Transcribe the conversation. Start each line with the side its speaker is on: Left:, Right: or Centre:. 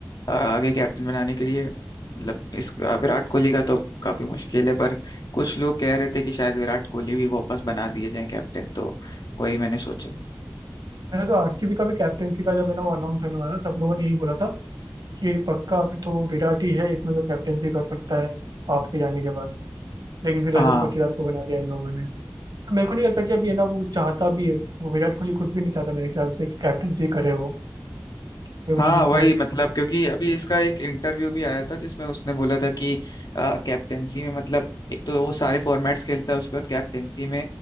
Left: अ, आगे कैप्टन बनाने के लिए मतलब इस विराट कोहली का तो काफी मुश्किल है पर कुछ लोग कह रहे थे कि शायद विराट कोहली भी वापस बना दिए जाए कैप्टन तो वही मैंने सोचा
Right: मैंने तो आरसीबी का भी कैप्टनसी का जब है ना वो अनाउंस होने वाला था, सब लोगों ने यही बोला था कि पक्का अभी तो विराट ही है इसमें जो कैप्टनसी कर सकता है हाफ के जाने के बाद लेकिन फिर
Left: हाँ
Right: रजत पाटीदार को बना दिया इन लोगों ने तो मेरे को नहीं लगता कि अभी है ना वो चाहता भी है वो विराट कोहली खुद भी नहीं चाहता मेरे ख्याल से कि कैप्टनसी करे वो कि वो
Left: हाँ
Right: मतलब
Left: वही मतलब क्योंकि अभी इसका एक इंटरव्यू भी आया था जिसमें उसने बोला था कि कैप्टेंसी में मतलब एक तो वो सारे फॉर्मेट्स खेलता है उसके बाद कैप्टेंसी में